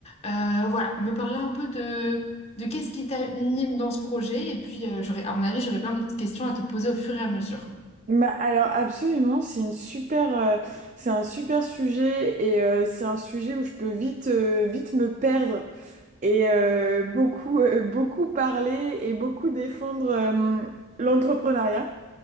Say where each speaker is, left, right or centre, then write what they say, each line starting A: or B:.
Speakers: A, on the left; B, on the right.
A: Euh, voilà, me parler un peu de, de qu'est-ce qui t'anime dans ce projet. Et puis, euh, j'aurais, à mon avis, j'aurais plein de petites questions à te poser au fur et à mesure.
B: Bah alors absolument, c'est une super, euh, c'est un super sujet et euh, c'est un sujet où je peux vite, euh, vite me perdre et euh, beaucoup, euh, beaucoup parler et beaucoup défendre euh, l'entrepreneuriat.